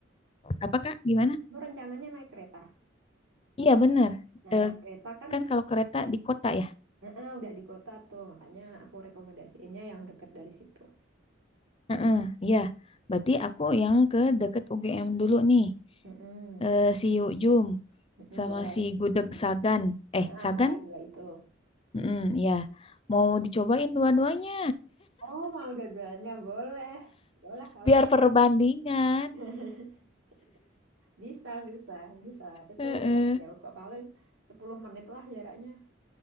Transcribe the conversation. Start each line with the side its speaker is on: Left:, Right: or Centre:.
Left: Apa Kak? Gimana?
Right: kamu rencananya naik kereta
Left: Iya benar.
Right: nah
Left: Eh,
Right: kereta kan
Left: kan kalau kereta di kota ya.
Right: eh, eh, udah di kota tuh makanya aku rekomendasiinnya yang deket dari situ
Left: Heeh. Iya. Berarti aku yang ke deket UGM dulu nih.
Right: Mm-mm.
Left: Eh, si Yukjum
Right: Mm-mm,
Left: sama
Right: boleh
Left: si Gudeg Sagan. Eh
Right: Nah,
Left: Sagan?
Right: antara dua itu.
Left: Mm-mm, ya. Mau dicobain dua-duanya.
Right: Oh, mau dua-duanya boleh. Boleh kalau
Left: Biar perbandingan.
Right: <laughs> bisa, bisa, bisa. Itu
Left: Heeh.
Right: nggak jauh kok, paling 10 menit lah jaraknya.